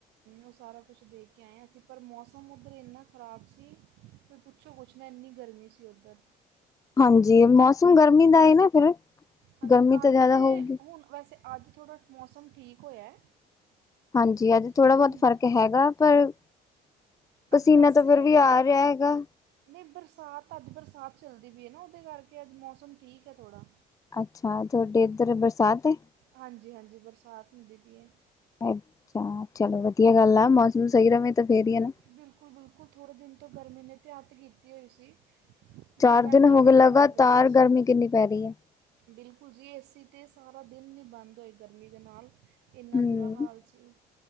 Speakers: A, on the right; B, on the left.
A: ਉਹ ਸਾਰਾ ਕੁਛ ਦੇਖ ਕੇ ਆਇਆ ਸੀ ਪਰ ਮੌਸਮ ਉੱਧਰ ਇੰਨਾ ਖ਼ਰਾਬ ਸੀ ਫ ਪੁੱਛੋ ਕੁੱਛ ਨਾ ਇੰਨੀ ਗਰਮੀ ਸੀ ਉੱਧਰ
B: ਹਾਂਜੀ ਮੌਸਮ ਗਰਮੀ ਦਾ ਏ ਨਾ ਫਿਰ
A: ਹਾਂਜੀ
B: ਗਰਮੀ ਤਾਂ
A: ਅੱਜ
B: ਜ਼ਿਆਦਾ
A: ਤਾਂ
B: ਹੋਊਗੀ।
A: ਹੁਣ ਵੈਸੇ ਅੱਜ ਥੋੜ੍ਹਾ ਮੌਸਮ ਠੀਕ ਹੋਇਆ
B: ਹਾਂਜੀ ਅੱਜ ਥੋੜ੍ਹਾ
A: ਹਮ,
B: ਬਹੁਤ ਫ਼ਰਕ ਹੈਗਾ ਪਰ ਪਸੀਨਾ
A: ਅੱਜ ਵੈਸੇ
B: ਤਾਂ ਫੇਿਰ ਵੀ ਆ ਰਿਹਾ ਹੈਗਾ
A: ਨਹੀਂ ਬਰਸਾਤ ਤਾਂ ਅੱਜ ਬਰਸਾਤ ਚੱਲਦੀ ਪਈ ਹੈ ਨਾ ਉਹਦੇ ਕਰਕੇ ਅੱਜ ਮੌਸਮ ਠੀਕ ਹੈ ਥੋੜ੍ਹਾ
B: ਅੱਛਾ ਤੁਹਾਡੇ ਇੱਧਰ ਬਰਸਾਤ ਹੈ
A: ਹਾਂਜੀ ਹਾਂਜੀ ਬਰਸਾਤ ਹੁੰਦੀ ਪਈ ਹੈ
B: ਅੱਛਾ ਚਲੋ ਵਧੀਆ ਗੱਲ ਆ ਮੌਸਮ ਸਹੀ ਰਹੇ ਤਾਂ ਫਿਰ ਹੀ ਹੈ ਨਾ
A: ਬਿਲਕੁਲ ਬਿਲਕੁਲ ਥੋੜ੍ਹੇ ਦਿਨ ਤੋਂ ਗਰਮੀ ਨੇ ਤਾਂ ਅਤ ਕੀਤੀ ਹੋਈ ਸੀ
B: ਚਾਰ
A: ਵੀ ਬੈਠਾ
B: ਦਿਨ ਹੋ
A: ਵੀ
B: ਗਏ
A: ਨਹੀਂ
B: ਲਗਾਤਾਰ
A: ਜਾਂਦਾ ਪਿਆ ਸੀ
B: ਗਰਮੀ ਕਿੰਨੀ ਪੈ ਰਹੀ ਹੈ
A: ਬਿਲਕੁਲ ਜੀ ਏ ਸੀ ਤਾਂ ਸਾਰਾ ਦਿਨ ਨਹੀਂ ਬੰਦ ਹੋਏ ਗਰਮੀ ਦੇ ਨਾਲ ਇੰਨਾ
B: ਹਮ
A: ਬੁਰਾ ਹਾਲ ਸੀ